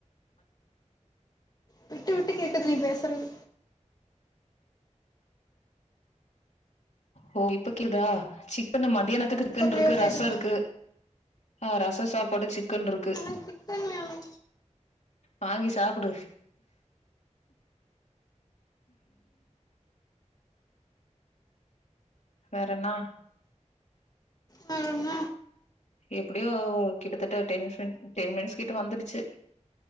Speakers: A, on the left (about 30°); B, on the left (about 65°).
A: விட்டு விட்டு கேக்குது நீ பேசுறது
B: ஓ இப்ப கேக்குதா சிக்கன்னு மதியானத் துக்கு
A: ம்
B: சிக்கன்
A: இப்ப கிளியர்
B: இருக்கு ரசோ
A: கேக்குது
B: இருக்கு ஆ ரச சாப்பாடு சிக்கன்ருக்கு
A: எனக்கு சிக்கன் வேணு
B: வாங்கி சாப்புடு வேறென்னா
A: வேற என்ன
B: எப்படியோ கிட்டத்தட்ட டென் டென் மினிட்ஸ் கிட்ட வந்துடுச்சு